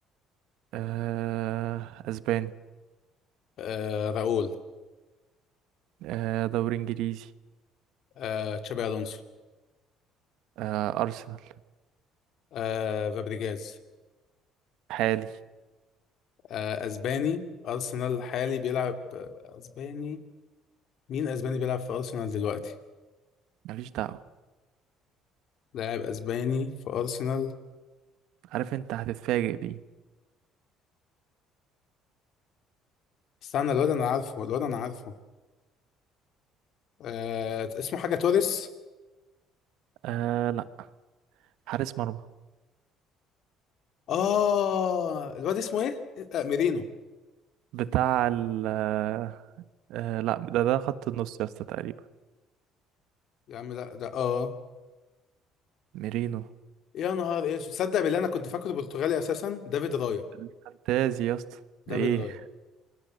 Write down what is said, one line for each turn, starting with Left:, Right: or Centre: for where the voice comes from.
Right: آه اسباني
Left: آه راؤول
Right: آه دوري انجليزي
Left: آه تشابي الونسو
Right: آه ارسنال
Left: آه فابريجاز
Right: حالي
Left: آه اسباني ارسنال الحالي بيلعب آه، اسباني مين اسباني بيلعب في ارسنال دلوقتي
Right: ماليش دعوة
Left: لاعب اسباني في ارسنال
Right: عارف انت هتتفاجئ بيه
Left: استنى الواد انا عارفه الواد انا عارفه آه اسمه حاجه توريس
Right: آه لا حارس مرمى
Left: اه الواد اسمه ايه آه ميرينو
Right: بتاع ال آه آه، لا ده ده خط النص يا اسطى تقريبا
Left: يا عم لا ده اه
Right: ميرينو
Left: يا نهار ايه تصدق بالله انا كنت فاكره برتغالي اساسا دافيد رايا
Right: الفانتازي يا اسطى
Left: دافيد
Right: ايه
Left: رايا